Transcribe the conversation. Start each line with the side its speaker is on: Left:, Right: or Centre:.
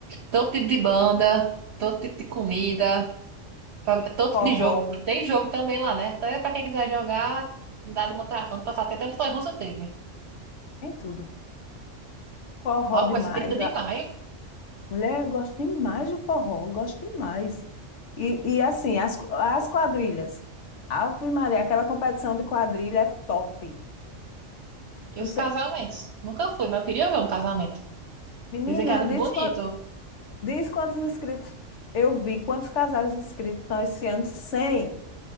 Right: Todo tipo de banda, todo tipo de comida, progra- todo
Left: Forró,
Right: tipo de jogo. Tem jogo também lá, né? Até pra quem quiser jogar, dá de montar. Ano passado até até montanha-russa teve.
Left: tem tudo. Forró
Right: Ó,
Left: demais.
Right: começa 30 de
Left: Ah,
Right: maio.
Left: Mulher, eu gosto demais do forró, eu gosto demais. E, e assim, as, as quadrilhas. Ave Maria, aquela competição de quadrilha é top.
Right: E
Left: Não
Right: os
Left: sei.
Right: casamentos? Nunca fui, mas eu queria ver um casamento.
Left: Menina,
Right: Dizem que é muito
Left: diz,
Right: bonito.
Left: qua- diz quantos inscritos eu vi, quantos casais inscritos estão esse ano? 100.